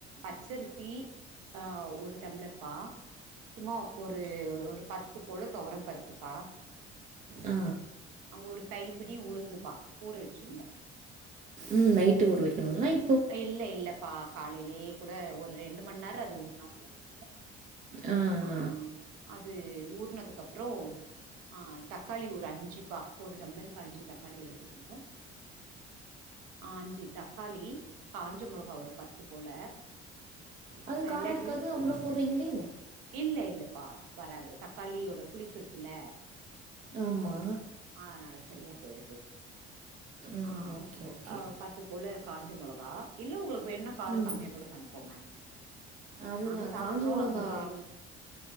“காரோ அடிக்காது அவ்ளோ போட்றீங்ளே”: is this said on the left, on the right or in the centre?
Right